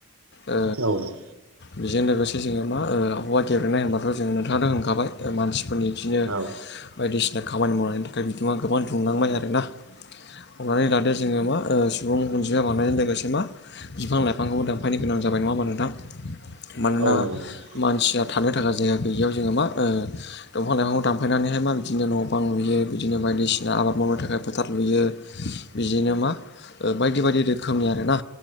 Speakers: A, on the left; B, on the right.
A: ओ
B: औ नंगौ
A: बेजों लोगोसे जोङो मा ओ आबहावा गेबेनाय होनबाथ' जोङो नोंथाङाथ' होनखाबाय ओ मानसि फोरनि बिदिनो
B: औ
A: बायदिसिना खामानि मावनायनि थाखाय बिदुङा गोबां दुंलांबाय आरोना। हनानै लादो जोङो मा ओ सुबुं अनजिमा बांनायजों लोगोसे मा बिफां-लाइफांखौबो दानफायनो गोनां जाबाय नङा हमबा नोंथां? मानोना
B: औ नंगौ नंगौ
A: मानसिया थानो थाखाय जायगा गैयियाव जोङो मा ओ ओ दंफां-लाइफांखौ दानफायनानैहाय मा बिदिनो न' बां लुयो बिदिनो बाय- दिसिना आबाद मावनो थाखाय फोथार लुयो। बिदिनो मा बायदि-बायदि रोखोमनि आरोना।